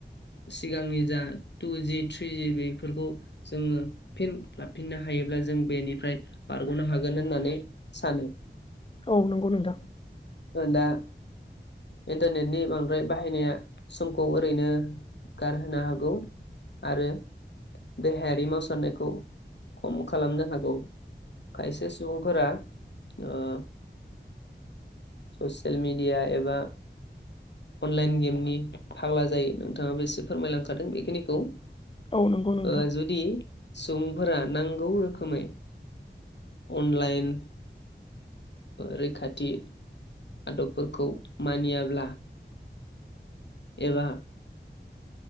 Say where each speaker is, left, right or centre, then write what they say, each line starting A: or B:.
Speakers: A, on the left (about 65°); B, on the left (about 30°).
A: सिगांनि जा टु जि थ्रि जि बेफोरखौ जोङो फिन लाफिननो हायोब्ला जों बेनिफ्राय बारग'नो हागोन होननानै सानो
B: औ नंगौ नोंथां
A: दा इन्टारनेटनि बांद्राय बाहायनाया समखौ ओरैनो गारहोनो हागौ आरो देहायारि मावसारनायखौ खम खालामनो हागौ खायसे सुबुंफोरा ओ ससियेल मिडिया एबा अनलाइन गेमनि फाग्ला जायो नोंथाङाबो एसे फोरमायलांखादों बेखिनिखौ
B: औ नंगौ नोंथां
A: ओ जुदि सु बुंफोरा नांगौ रोखोमै अनलाइन रैखाथि आदबफोरखौ मानियाब्ला एबा